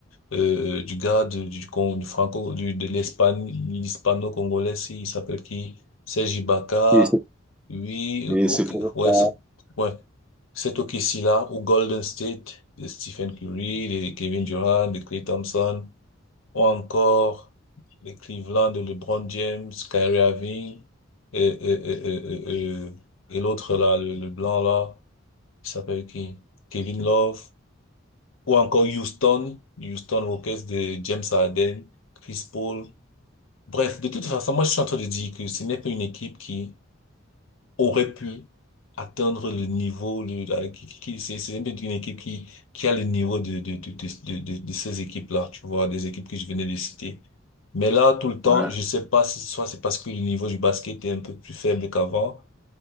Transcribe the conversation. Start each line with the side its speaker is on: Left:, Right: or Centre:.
Left: euh, du gars de- du, con- du franco, du, de l'Espagne, l'hispano-congolais, si, il s'appelle qui? Serge Ibaka,
Centre: et c'est
Left: oui, euh,
Centre: et
Left: ok,
Centre: c'est pour
Left: ouais,
Centre: ça.
Left: c'est, ouais, cet OKC-là, ou Golden State, de Stephen Curry, de Kevin Durant, de Klay Thompson, ou encore les Cleveland, de LeBron James, Kyrie Irving, et, et, et, et, et, et- et l'autre là, le, le blanc là. Il s'appelle qui? Kevin Love. Ou encore Houston. Houston Rockets de James Harden, Chris Paul. Bref, de toute façon, moi, je suis en train de dire que ce n'est pas une équipe qui aurait pu atteindre le niveau, le, la- qui, qui, qui- c'est, c'est une équipe qui, qui a le niveau de, de, de, de, de, de ces équipes-là, tu vois, des équipes que je venais de citer. Mais là, tout le temps,
Centre: Ouais.
Left: je sais pas si soit c'est parce que le niveau du basket est un peu plus faible qu'avant,